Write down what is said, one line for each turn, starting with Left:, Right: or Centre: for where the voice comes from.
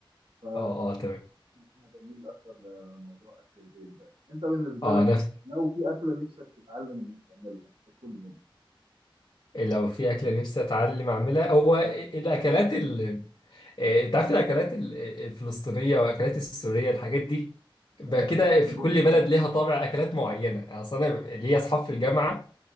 Right: ف
Left: اه اه تمام
Right: انا بميل اكتر لموضوع اكل البيت ده انت بالنسبه
Left: اه
Right: لك
Left: نفس
Right: لو في اكله نفسك تتعلم انك تعملها هتكون ايه؟
Left: لو في أكلة نفسي أتعلم أعملها هو الأكلات ال آه، أنت عارف الأكلات ال- الفلسطينية وأكلات السورية الحاجات دي بقى
Right: اه
Left: كده
Right: المقلوبه
Left: في كل بلد ليها طابع أكلات معينة أصل أنا ليا أصحاب في الجامعة